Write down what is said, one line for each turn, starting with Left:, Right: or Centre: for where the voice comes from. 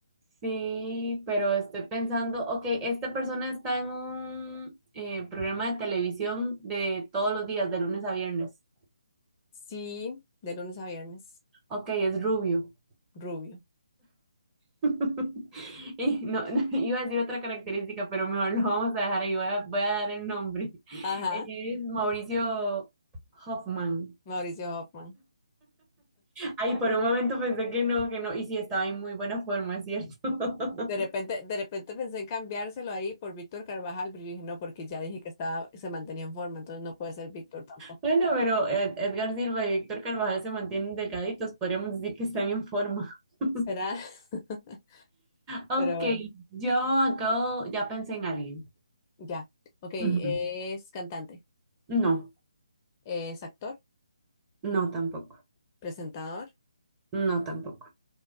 Right: Sí, pero estoy pensando, ok, esta persona está en un eh, programa de televisión de todos los días, de lunes a viernes.
Left: Sí, de lunes a viernes,
Right: Ok, es rubio.
Left: rubio.
Right: <laughs> Y no, <laughs> iba a decir otra característica, pero mejor lo vamos a dejar ahí. Voy a, voy a dar el nombre. <laughs>
Left: Ajá,
Right: Es Mauricio Hoffman.
Left: Mauricio Hoffman.
Right: Ay, por un momento pensé que no, que no. Y sí, estaba en muy buena forma, es ¿cierto? <laughs>
Left: De repente, de repente pensé en cambiárselo ahí por Víctor Carvajal, pero yo dije, no, porque ya dije que estaba, se mantenía en forma, entonces no puede ser Víctor tampoco.
Right: Bueno, pero Ed- Edgar Silva y Víctor Carvajal se mantienen delgaditos. Podríamos decir que están en forma. <laughs>
Left: ¿Será? <laughs>
Right: Ok,
Left: Pero bueno,
Right: yo acabo, ya pensé en alguien.
Left: ya. Ok, es
Right: Ujú.
Left: cantante,
Right: No,
Left: es actor,
Right: no tampoco.
Left: presentador.
Right: No tampoco.